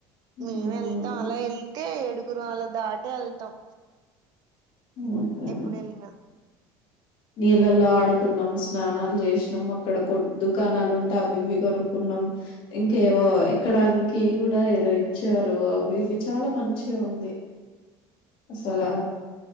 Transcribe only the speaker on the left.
హ్మ్
హ్మ్
నీళ్ళల్లో ఆడుకున్నాం స్నానాలు చేసినాం అక్కడ కొట్ దుకాణాలు ఉంటే అవి ఇవి కొనుక్కున్నాం ఇంకేవో ఎక్కడానికి కూడా ఏదో ఇచ్చారు అవి ఇవి చాలా మంచిగా ఉంది అసలు